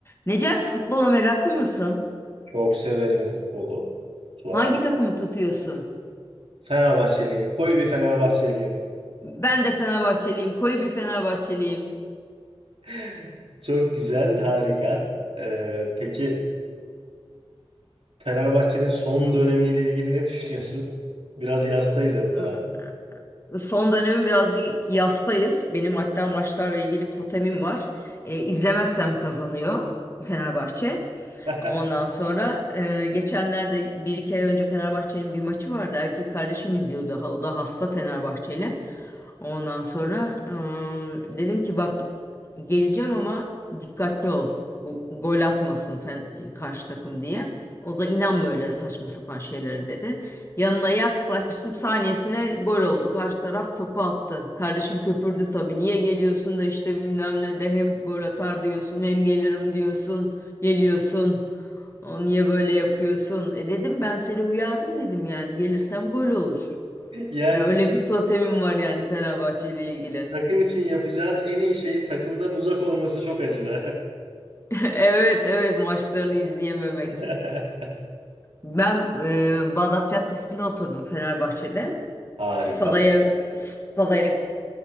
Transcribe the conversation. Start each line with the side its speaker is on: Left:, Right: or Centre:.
Left: Necati futbola meraklı mısın?
Right: Çok severim futbolu. Sual.
Left: Hangi takımı tutuyorsun?
Right: Fenerbahçeliyim. Koyu bir Fenerbahçeliyim.
Left: Ben de Fenerbahçeliyim. Koyu bir Fenerbahçeliyim.
Right: <laughs> Çok güzel, harika. Ee, peki Fenerbahçe'nin son dönemiyle ilgili ne düşünüyorsun? Biraz yastayız hep
Left: Ee,
Right: beraber.
Left: Son dönemi birazcık yastayız. Benim hatta maçlarla ilgili totemim var. E, izlemezsem kazanıyor Fenerbahçe.
Right: <laughs>
Left: Ondan sonra e, geçenlerde bir iki ay önce Fenerbahçe'nin bir maçı vardı. Erkek kardeşim izliyordu. Ha- O da hasta Fenerbahçeli. Ondan sonra eee, dedim ki bak geleceğim ama dikkatli ol. Go- gol atmasın fen karşı takım diye. O da inan böyle saçma sapan şeylere dedi. Yanına yaklaştım saniyesine gol oldu. Karşı taraf topu attı. Kardeşim köpürdü tabii. Niye geliyorsun da işte bilmem ne de hem gol atar diyorsun hem gelirim diyorsun. Geliyorsun. O niye böyle yapıyorsun? E dedim ben seni uyardım dedim yani gelirsem gol olur.
Right: Yani
Left: Ya öyle bir totemim var yani Fenerbahçe ile ilgili.
Right: takım için yapacağın en iyi şeyin takımdan uzak olması çok acı be.
Left: <laughs> Evet evet maçlarını izleyememek.
Right: <laughs>
Left: Ben e, Bağdat Caddesi'nde oturdum Fenerbahçe'de.
Right: Harika.
Left: Stada, ya- stada yakın